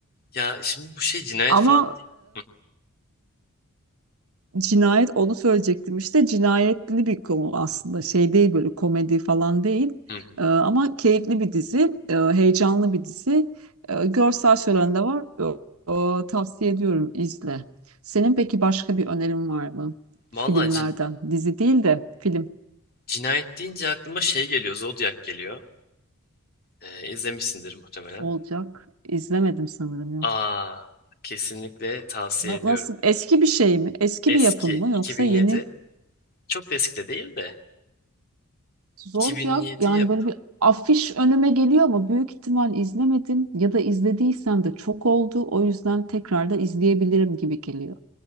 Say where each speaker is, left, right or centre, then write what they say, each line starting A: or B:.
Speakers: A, on the left; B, on the right.
A: Ya şimdi bu şey cinayet
B: Ama
A: falan. Hı,
B: Cinayet onu söyleyecektim işte cinayetli bir konu aslında şey değil böyle komedi falan değil
A: hı, hı.
B: Ee, ama keyifli bir dizi e, heyecanlı bir dizi Ee, görsel şölen de var Ee, tavsiye ediyorum izle. Senin peki başka bir önerin var mı filmlerden
A: Vallahi cin-
B: dizi değil de film
A: cinayet deyince aklıma şey geliyor. Zodiac geliyor. Ee, izlemişsindir muhtemelen.
B: olacak izlemedim sanırım yok.
A: Aa kesinlikle tavsiye
B: Na-
A: ediyorum.
B: nasıl eski bir şey mi eski
A: Eski
B: bir yapım mı
A: 2007.
B: yoksa yeni
A: Çok da eski de değil de
B: Zodiac
A: 2007
B: yani
A: yap.
B: böyle bir afiş önüme geliyor ama büyük ihtimal izlemedim ya da izlediysem de çok oldu. O yüzden tekrar da izleyebilirim gibi geliyor.